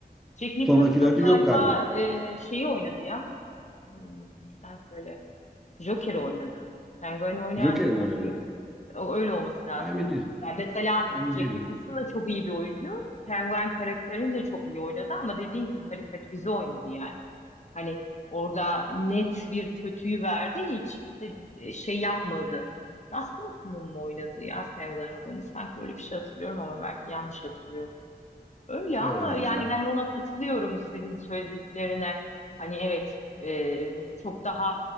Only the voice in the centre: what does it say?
sonrakilerde
yok galiba.
Joker mi
oynadı?
Emin değilim.
Emin
değilim.
ya.
Olabilir
ya.